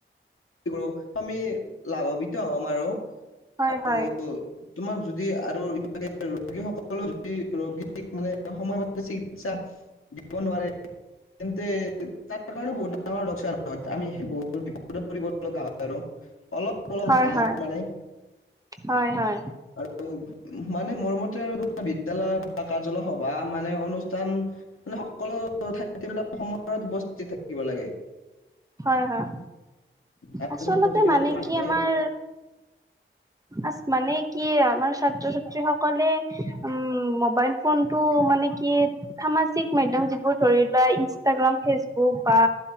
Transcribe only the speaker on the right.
হয়
হয়
হয়
হয়
হয় হয়
হয় হয়
আচলতে
মানে
কি আমাৰ আজ মানে কি আমাৰ ছাত্ৰ ছাত্ৰী সকলে উম মোবাইল ফোন টো মানে কি সামাজিক মাধ্যম যিবোৰ ধৰি লোৱা ইনষ্টাগ্ৰাম, ফেচবুক বা